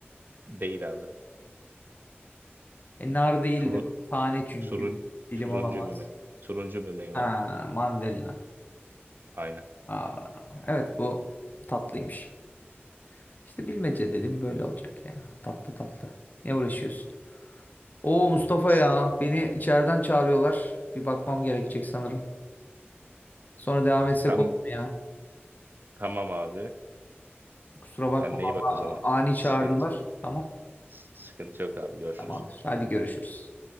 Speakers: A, on the right; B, on the left.
A: Değil abi.
B: E, nar değildir.
A: Turun,
B: Tane çünkü.
A: Turun,
B: Dilim
A: turuncu
B: olamaz.
A: bir meyve. Turuncu bir meyve
B: Ha,
A: abi.
B: mandalina.
A: Aynen.
B: Aa, evet bu tatlıymış. İşte bilmece dedim böyle olacak ya. Tatlı tatlı. Ne uğraşıyorsun? Oo Mustafa
A: S-
B: ya beni içeriden çağırıyorlar. Bir bakmam gerekecek sanırım. Sonra devam etsek
A: Tam,
B: olur mu ya?
A: tamam abi.
B: Kusura bakma
A: Kendine iyi
B: ama
A: bak o zaman.
B: ani
A: Sıkıntı,
B: çağırdılar. Tamam
A: s- sıkıntı yok abi. Görüşürüz.
B: tamamdır. Hadi görüşürüz.